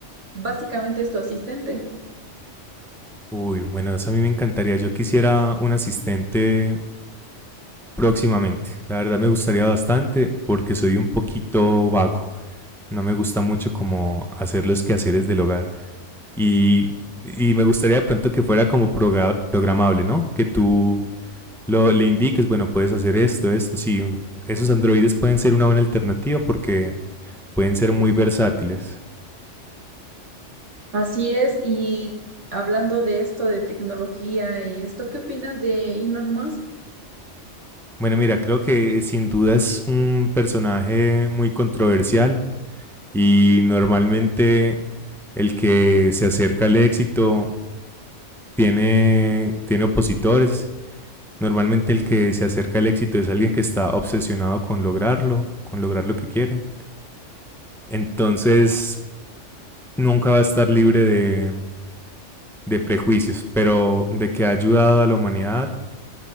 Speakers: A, on the right; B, in the centre.
A: básicamente es tu asistente.
B: Uy, bueno, eso a mí me encantaría. Yo quisiera un asistente próximamente. La verdad me gustaría bastante porque soy un poquito vago. No me gusta mucho como hacer los quehaceres del hogar. Y, y me gustaría de pronto que fuera como proga- programable, ¿no? Que tú Lo, le indiques bueno, puedes hacer esto, esto, sí. Esos androides pueden ser una buena alternativa porque pueden ser muy versátiles.
A: Así es, y hablando de esto de tecnología y esto, ¿qué opinas de Elon Musk?
B: Bueno, mira, creo que sin duda es un personaje muy controversial y normalmente el que se acerca al éxito tiene, tiene opositores. Normalmente el que se acerca al éxito es alguien que está obsesionado con lograrlo, con lograr lo que quiere. Entonces, nunca va a estar libre de, de prejuicios, pero de que ha ayudado a la humanidad,